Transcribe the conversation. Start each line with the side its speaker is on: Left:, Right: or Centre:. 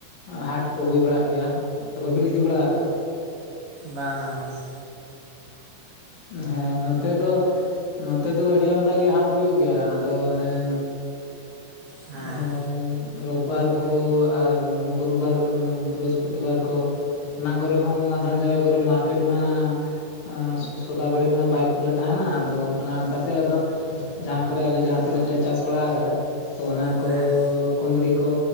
Left: ᱦᱟᱴ ᱠᱚ ᱦᱩᱭ ᱵᱟᱲᱟᱜ ᱜᱮᱭᱟ᱾ ᱛᱚ ᱵᱟᱹᱵᱤᱱ ᱤᱫᱤ ᱵᱟᱲᱟ ᱠᱟᱜᱼᱟ?
Right: ᱵᱟᱝ᱾ <inaudible>
Left: ᱦᱮᱸ ᱱᱚᱛᱮ ᱫᱚ, ᱱᱚ ᱛᱮ ᱫᱚ ᱟᱹᱰᱤ ᱟᱢᱫᱟ ᱜᱮ ᱦᱟᱴ ᱦᱩᱭᱩᱜ ᱜᱮᱭᱟ ᱟᱫᱚ ᱚᱱᱮ,
Right: ᱦᱮᱸ
Left: ᱮᱸᱻ ᱨᱳᱵᱵᱟᱨ ᱠᱚ ᱟᱨ ᱜᱩᱨᱩᱵᱟᱨ ᱢᱟᱱᱮ ᱵᱤᱨᱚᱥᱯᱚᱛᱤ ᱵᱟᱨ ᱠᱚ, ᱚᱱᱟ ᱠᱚᱨᱮ ᱦᱚᱸ ᱟᱫᱷᱟᱱ ᱡᱟᱭᱜᱟ ᱠᱚᱨᱮ ᱢᱟᱨᱠᱮᱴ ᱢᱟ ᱟᱸ <unintelligible> ᱢᱟ ᱵᱟᱭ ᱠᱷᱩᱞᱟᱹᱣ ᱛᱟᱦᱮᱸᱱᱟ ᱟᱫᱚ ᱚᱱᱟ ᱚᱝᱠᱟᱛᱮ ᱟᱫᱚ ᱡᱟᱦᱟᱸ ᱠᱚᱨᱮ ᱟᱞᱮ ᱡᱟᱦᱟᱸᱛᱤᱱᱟᱹᱜ ᱞᱮ ᱪᱟᱥ ᱵᱟᱲᱟ ᱟᱠᱟᱫᱟ, ᱛᱚ ᱚᱱᱟ
Right: ᱦᱮᱸ
Left: ᱠᱚ ᱠᱩᱸᱫᱽᱨᱤ ᱠᱚ,